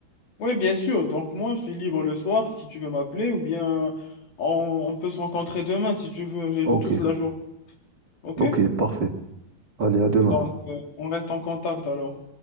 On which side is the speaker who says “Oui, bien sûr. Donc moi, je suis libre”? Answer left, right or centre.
Left